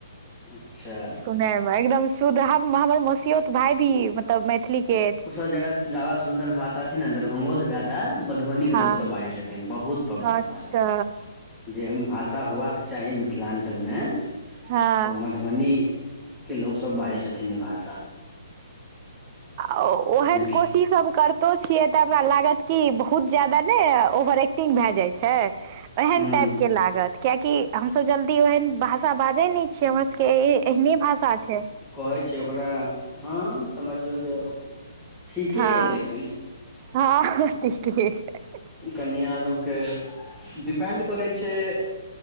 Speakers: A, in the centre; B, on the right.
A: अच्छा
B: सुनऽमे एकदम। शुद्ध हम, हमर ममिऔत भाइ भी मतलब मैथिलीके।
A: ओ सभ ज्यादा सुन्दर भाषा छै ने, दरभंगासँ ज्यादा मधुबनीके
B: हँ
A: लोक सभ बजै छथिन बहुत। पवित्र
B: अच्छा।
A: भाषा जे भाषा होबाक चाही मिथिलांचलमे,
B: हँ
A: ओ। मधुबनीके लोक सभ बाजै छथिन ई भाषा।
B: आ ओहन
A: मिथ
B: को। जे सभ हम करतो छियै तऽ हमरा लगै छै कऽ बहुत ज्यादा ने, ओवर एक्टिंग भऽ जाय छै। ओहन
A: हूँ
B: टाइपके लागत, कियाकि हमसँ जल्दी ओहन भा। भाषा बाजै ने छियै, हमर सभके एहने भाषा छै।
A: कहैत छै ओकरा, हँ, बुझियौ जे ठीके
B: हँ
A: अछि, लेकिन।
B: हँ। <unintelligible>
A: कनिआँ सभके डिपेन्ड करै छै।